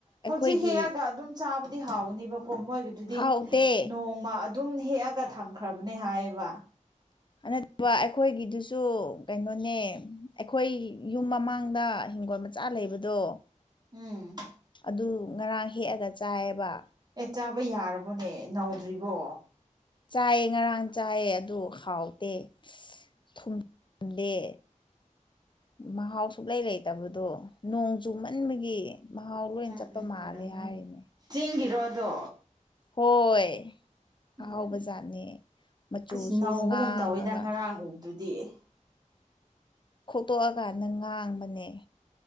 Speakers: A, on the right (about 30°); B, on the left (about 35°).
A: ꯍꯧꯖꯤꯛ
B: ꯑꯩꯈꯣꯏꯒꯤ
A: ꯍꯦꯛꯑꯒ ꯑꯗꯨꯝ ꯆꯥꯕꯗꯤ ꯍꯥꯎꯒꯅꯦꯕꯀꯣ ꯃꯣꯏꯒꯤꯗꯨꯗꯤ
B: ꯍꯥꯎꯇꯦ
A: ꯅꯣꯡꯃ ꯑꯗꯨꯝ ꯍꯦꯛꯑꯒ ꯊꯝꯈ꯭ꯔꯕꯅꯦ ꯍꯥꯏꯌꯦꯕ
B: ꯅꯠꯇꯕ ꯑꯩꯈꯣꯏꯒꯤꯗꯨꯁꯨ ꯀꯩꯅꯣꯅꯦ ꯑꯩꯈꯣꯏ ꯌꯨꯝ ꯃꯃꯥꯡꯗ ꯍꯤꯡꯒꯣꯜ ꯃꯆꯥ ꯂꯩꯕꯗꯣ
A: ꯎꯝ
B: ꯑꯗꯨ ꯉꯔꯥꯡ ꯍꯦꯛꯑꯒ ꯆꯥꯏꯌꯦꯕ
A: ꯑꯦ ꯆꯥꯕ ꯌꯥꯔꯕꯅꯦ ꯅꯧꯗ꯭ꯔꯤꯕꯣ
B: ꯆꯥꯏ ꯉꯔꯥꯡ ꯆꯥꯏ ꯑꯗꯨ ꯍꯥꯎꯇꯦ ꯊꯨꯝꯗꯦ ꯃꯍꯥꯎ ꯁꯨꯛ ꯂꯩ ꯂꯩꯇꯕꯗꯣ ꯅꯣꯡ ꯆꯨꯃꯟꯕꯒꯤ ꯃꯍꯥꯎ ꯂꯣꯏꯅ
A: ꯎꯝ
B: ꯆꯠꯄ
A: ꯎꯝ
B: ꯃꯥꯜꯂꯦ
A: ꯑꯣꯏꯔꯝꯒꯅꯤ
B: ꯍꯥꯏꯔꯤꯅꯦ
A: ꯆꯤꯡꯒꯤꯔꯣ ꯑꯗꯣ
B: ꯍꯣꯏ ꯑꯍꯥꯎꯕ
A: ꯎꯝ
B: ꯖꯥꯠꯅꯦ ꯃꯆꯨꯁꯨ
A: ꯏꯁ ꯅꯧꯕꯒꯨꯝ
B: ꯉꯥꯡꯉꯒ
A: ꯇꯧꯋꯤꯗ ꯉꯔꯥꯡ ꯎꯕꯗꯨꯗꯤ
B: ꯈꯣꯠꯇꯣꯛꯑꯀꯥꯟꯗ ꯉꯥꯡꯕꯅꯦ